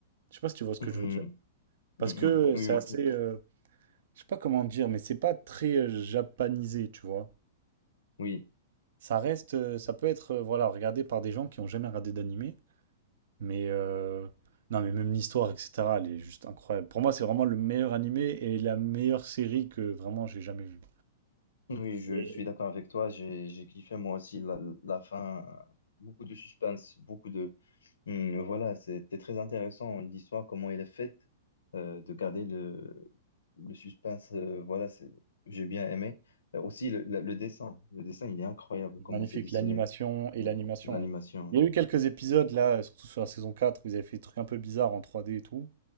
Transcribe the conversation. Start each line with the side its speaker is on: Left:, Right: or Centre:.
Right: Je sais pas si tu vois ce
Left: Mhm,
Right: que je veux dire. Parce
Left: mhm,
Right: que
Left: oui,
Right: c'est
Left: oui.
Right: assez.
Left: oui.
Right: euh, je sais pas comment dire, mais c'est pas très euh, japanisé, tu vois.
Left: oui.
Right: Ça reste, euh, ça peut être, euh, voilà, regardé par des gens qui ont jamais regardé d'animé, mais euh, non, mais même l'histoire, etc., elle est juste incroyable. Pour moi, c'est vraiment le meilleur animé et la meilleure série que vraiment j'ai jamais vue.
Left: Oui, je
Right: Et
Left: suis d'accord avec toi. J'ai, j'ai kiffé moi aussi la, la fin. euh, Beaucoup de suspense, beaucoup de. Hum, voilà, c'était très intéressant l'histoire, comment elle est faite, euh, de garder le, le suspense. euh, voilà, c'est, j'ai bien aimé. Euh, aussi, le, le, le dessin. Le dessin, il est incroyable, comment
Right: Magnifique,
Left: c'est dessiné,
Right: l'animation et
Left: euh,
Right: l'animation.
Left: l'animation.
Right: ouais. Il y a eu quelques épisodes là, surtout sur la saison 4, où ils avaient fait des trucs un peu bizarres en trois d et tout.